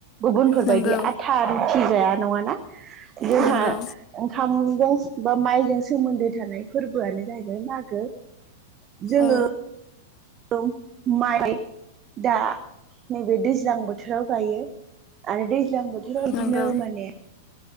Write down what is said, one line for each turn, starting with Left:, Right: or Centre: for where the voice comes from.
Right: गुबुनफोर
Left: नंगौ
Right: बायदि आथा रुथि जाया नङाना। जोंहा
Left: नंगौ
Right: ओंखामजों बा माइजों सोमोन्दो थानाय फोरबोआनो जाहैबाय मागो जोङो
Left: औ
Right: माइ दा नैबे दैज्लां बोथोराव गायो आरो दैज्लां बोथोर बोथोराव इदिनो
Left: नंगौ
Right: माने